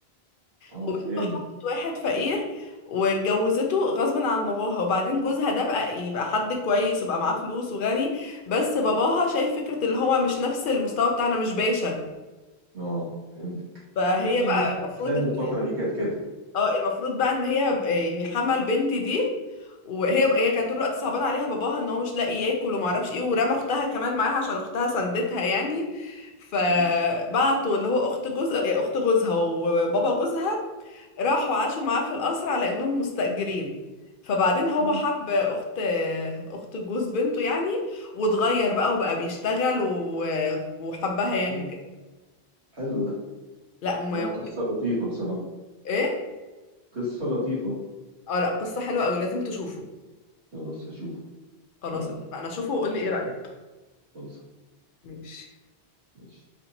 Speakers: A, on the right; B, on the left.
A: اه
B: وبنته
A: فهمت
B: حبت واحد فقير واتجوزته غصب عن باباها وبعدين جوزها ده بقى يعني بقى حد كويس وبقى معاه فلوس وغني بس باباها شايف فكرة اللي هو مش نفس المستوى بتاعنا مش باشا
A: اه فهمتك
B: فهي
A: ايوه انا
B: بقى
A: نص
B: المفروض
A: الافلام
B: ان
A: الفتره دي كانت كده
B: اه المفروض بقى ان هي ب- يعني حمل بنتي دي وهي هي كانت طول الوقت صعبان عليها باباها ان هو مش لاقي ياكل وما اعرفش ايه ورمى اختها كمان معاها عشان اختها سندتها يعني فبعتوا
A: مم.
B: اللي هو اخت جوز إيه، اخت جوزها وبابا جوزها راحوا عاشوا معاه في القصر على انهم مستأجرين فبعدين هو
A: مم.
B: حب اخت اخت جوز بنته يعني واتغير بقى وبقى بيشتغل و... وحبها يعني
A: الله
B: وكده
A: حلو ده
B: لا ما
A: لا قصه لطيفه بصراحه
B: ايه
A: قصه لطيفه
B: اه لا قصة حلوة قوي لازم تشوفه
A: خلاص هشوفه
B: خلاص
A: اتفقنا
B: اتفقنا شوفه وقول لي ايه رأيك
A: خلص
B: ماشي
A: ماشي